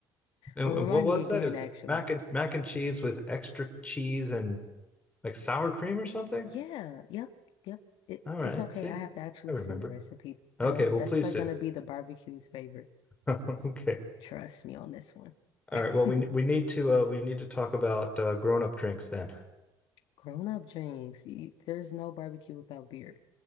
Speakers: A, on the left; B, on the left.
A: and
B: Or
A: and
B: remind
A: what was
B: me again,
A: that? It was
B: actually.
A: mac and mac and cheese with extra cheese and like sour cream or something?
B: Yeah, yep, yep. It
A: All right.
B: it's okay.
A: See?
B: I have to actually
A: I remember.
B: send the recipe.
A: Okay,
B: That
A: well
B: that's
A: please
B: like
A: do.
B: gonna be the barbecue's favorite.
A: <laughs> Okay.
B: Trust me on this one.
A: All right. Well,
B: <laughs>
A: we we need to uh we need to talk about uh grown-up drinks then.
B: Grown up drinks. You, there's no barbecue without beer.